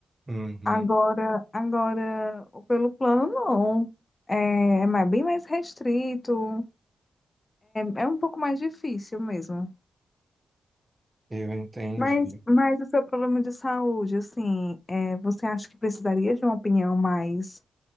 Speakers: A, on the right; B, on the left.
A: Uhum,
B: Agora, agora, o pelo plano, não. É, mas bem mais restrito. É um pouco mais difícil mesmo.
A: eu entendi.
B: Mas, mas o seu problema de saúde, assim, é, você acha que precisaria de uma opinião mais